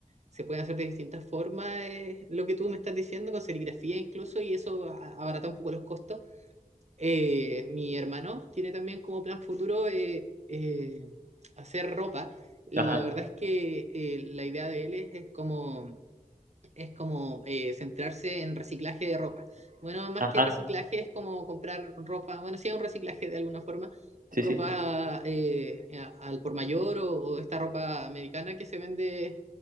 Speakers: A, on the right; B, on the right.
A: se pueden hacer de distintas formas, eh, lo que tú me estás diciendo, con serigrafía incluso, y eso a- abarata un poco los costos. Eh, mi hermano tiene también como plan futuro eh, eh, hacer ropa. La
B: Ajá,
A: verdad es que eh, la idea de él es, es como, es como eh, centrarse en reciclaje de ropa. Bueno, más
B: ajá,
A: que reciclaje es como comprar ropa, bueno, sí, un reciclaje de alguna forma, ropa
B: sí, sí.
A: eh, a- al por mayor o o esta ropa americana que se vende